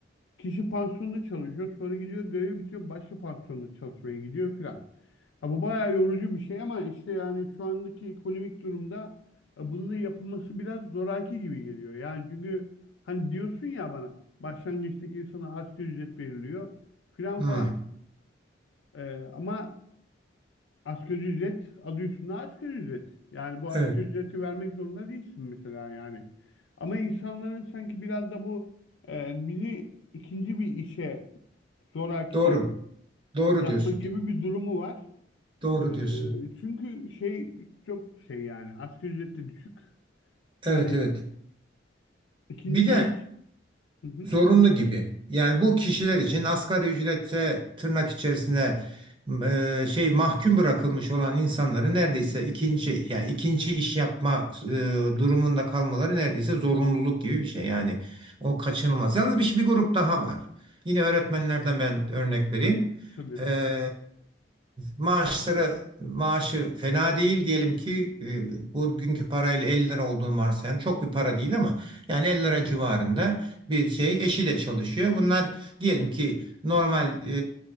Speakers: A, on the left; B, on the right.
A: kişi pansiyonda çalışıyor sonra gidiyor görevi bitiyor başka pansiyonda çalışmaya gidiyor filan. Ha, bu bayağı yorucu bir şey ama işte yani şu andaki ekonomik durumda e, bunun da yapılması biraz zoraki gibi geliyor. Yani çünkü hani diyorsun ya bana başlangıçtaki insana asgari ücret veriliyor filan
B: Hmm.
A: falan. E, ama asgari ücret adı üstünde asgari ücret. Yani bu asgari
B: Evet.
A: ücreti vermek zorunda değilsin mesela yani. Ama insanların sanki biraz da bu e, bizi ikinci bir işe zoraki
B: Doğru. Doğru
A: bırakma
B: diyorsun.
A: gibi bir durumu var.
B: Doğru
A: Ee,
B: diyorsun.
A: çünkü şey çok şey yani asgari ücret de düşük.
B: Evet
A: Hani
B: evet.
A: ikinci
B: Bir de
A: bir iş. Hı hı,
B: zorunlu gibi. Yani bu kişiler için asgari ücrete tırnak içerisinde e, şey mahkum bırakılmış olan insanların neredeyse ikinci yani ikinci iş yapma e, durumunda kalmaları neredeyse zorunluluk gibi bir şey. Yani o kaçınılmaz. Yalnız bir, bir grup daha var. Yine öğretmenlerden ben örnek vereyim.
A: tabii.
B: E, maaşları maaşı fena değil diyelim ki e, bugünkü parayla 50 lira olduğunu varsayalım. Çok bir para değil ama yani 50 lira
A: Hı hı,
B: civarında bir şey eşiyle çalışıyor. Bunlar diyelim ki normal e,